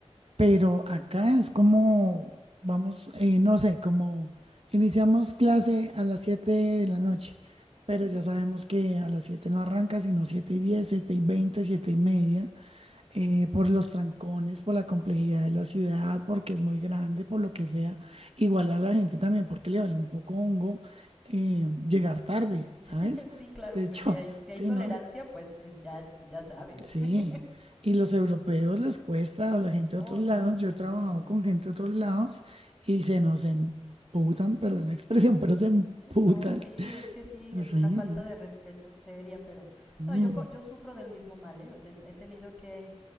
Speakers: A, on the right; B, in the centre.
A: pero acá es como, vamos, eh, no sé, como iniciamos clase a las 7 de la noche, pero ya sabemos que a las 7 no arranca, sino 7 y 10, 7 y 20, 7 y media. eh, por los trancones, por la complejidad de la ciudad, porque es muy grande, por lo que sea. Igual a la gente también, porque le vale un poco hongo eh, llegar tarde, ¿sabes?
B: <laughs> Sí, claro,
A: De hecho,
B: pues si hay,
A: <laughs>
B: si hay
A: sí,
B: tolerancia,
A: ¿no?
B: pues eh, ya, ya sabes.
A: Sí.
B: <laughs>
A: Y los europeos les cuesta, o la gente
B: Oh,
A: de otros
B: no,
A: lados.
B: sí.
A: Yo he trabajado con gente de otros lados y se nos emputan, perdón la expresión, pero se emputan.
B: No, sí,
A: <laughs>
B: es que sí, es
A: Sí.
B: una falta de respeto seria, pero
A: Mm,
B: no, yo, co- yo sufro del mismo mal, ¿eh? O sea, he tenido que